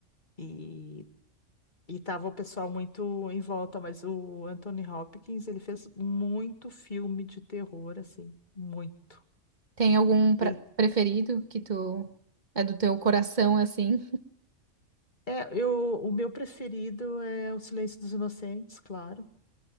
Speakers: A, on the left; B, on the right.
A: E, e tava o pessoal muito em volta, mas o Anthony Hopkins, ele fez muito filme de terror, assim, muito.
B: Tem algum pra-
A: Ele
B: preferido que tu. É do teu coração, assim?
A: é, eu, o meu preferido é O Silêncio dos Inocentes, claro.